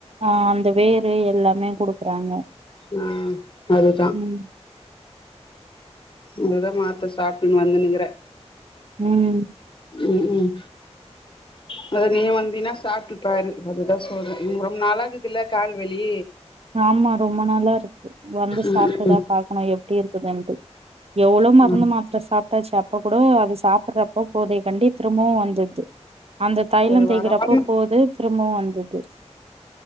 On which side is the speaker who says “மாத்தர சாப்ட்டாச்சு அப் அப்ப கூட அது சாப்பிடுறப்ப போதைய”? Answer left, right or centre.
Right